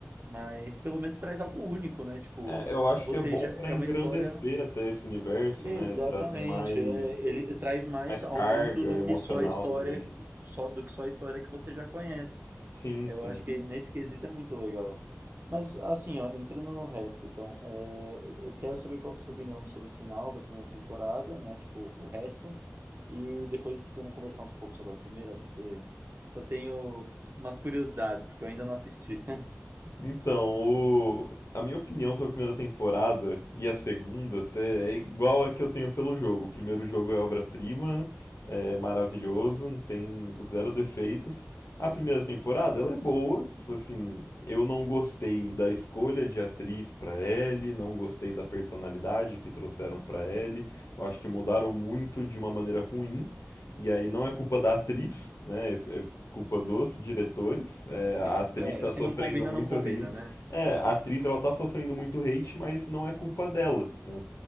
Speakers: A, on the right; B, on the left.
A: Mas pelo menos traz algo único, né? Tipo,
B: É, eu acho
A: você
B: que é bom
A: já é
B: para engrandecer
A: uma história.
B: até esse universo,
A: Exatamente,
B: né? Trazer mais
A: é, ele traz mais
B: mais
A: ao
B: carga
A: mundo do
B: emocional
A: que só a história,
B: também.
A: só do que só a história que você já conhece.
B: Sim,
A: Eu
B: sim.
A: acho que nesse quesito é muito legal. Mas assim, ó, entrando no resto, então, é, eu quero saber qual que é a sua opinião sobre o final da primeira temporada, né? Tipo, o resto. E depois vamos conversar uns pouco sobre a primeira, porque se eu tenho umas curiosidades, porque eu ainda não assisti.
B: Então, o... a minha opinião sobre a primeira temporada e a segunda até é igual a que eu tenho pelo jogo. O primeiro jogo é obra-prima, é maravilhoso, não tem zero defeitos. A primeira temporada, ela é boa, tipo assim, eu não gostei da escolha de atriz pra Ellie, não gostei da personalidade que trouxeram pra Ellie. Eu acho que mudaram muito de uma maneira ruim. E aí não é culpa da atriz, né? É culpa dos diretores. É,
A: Entendo.
B: a atriz
A: É,
B: tá
A: se
B: sofrendo
A: não combina,
B: muito
A: não combina,
B: hate.
A: né?
B: É, a atriz ela tá sofrendo muito hate, mas não é culpa dela, né?